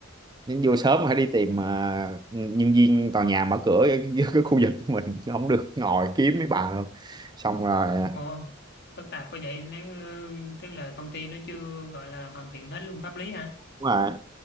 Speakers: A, on the right; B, on the left.
A: nhưng vô sớm phải đi tìm ờ, nhân viên tòa nhà mở cửa ở cái cái khu vực của mình không được ngồi kiếm mấy bà luôn xong rồi à,
B: ồ phức tạp quá vậy nếu ừ, tức là công ty nó chưa gọi là hoàn thiện hết luôn pháp lý hả
A: đúng rồi